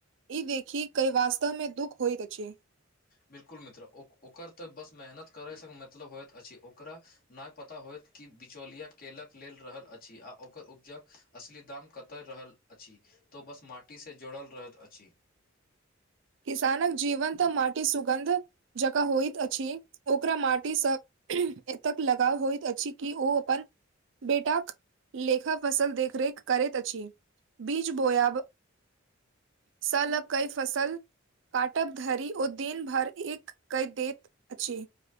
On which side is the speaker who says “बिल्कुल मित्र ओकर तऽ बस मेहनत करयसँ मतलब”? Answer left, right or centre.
Left